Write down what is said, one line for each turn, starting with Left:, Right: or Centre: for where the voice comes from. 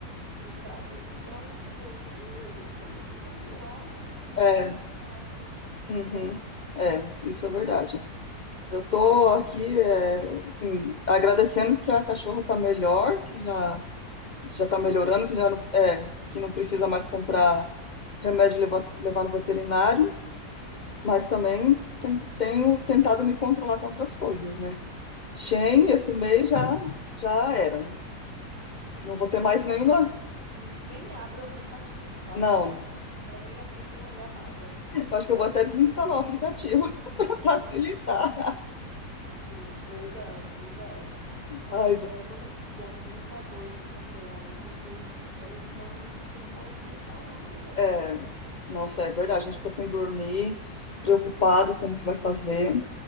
Right: entrar, tem que entrar um dinheirinho e a gente também se controlar, né, na, na questão
Left: é,
Right: dos gastos,
Left: uhum,
Right: né?
Left: é, isso
Right: Ai,
Left: é verdade.
Right: meu Deus.
Left: Eu tô aqui, é, assim, agradecendo que a cachorra tá melhor, que já, já tá melhorando,
Right: Graças
Left: que já
Right: a
Left: não,
Right: Deus.
Left: é, que não precisa mais comprar remédio e levar, levar no veterinário, mas também tenho, tenho tentado me controlar com outras coisas, né? Shen,
Right: Sim,
Left: esse mês já, já era. Não vou ter mais nenhuma.
Right: É. N- Nem abra o aplicativo. Faça
Left: Não,
Right: um esforço para nem abrir, nem olhar nada.
Left: Acho que eu vou até desinstalar o aplicativo <laughs> para facilitar.
Right: <laughs> Verdade, verdade. Ai,
Left: Ai,
Right: amiga,
Left: do-
Right: mas vamos, vamos, por favor, se controlar aí, porque, olha, senão a gente não tem saúde mental, não, com essas
Left: é,
Right: dívidas.
Left: nossa, é verdade, a gente fica sem dormir, preocupado como que vai fazer.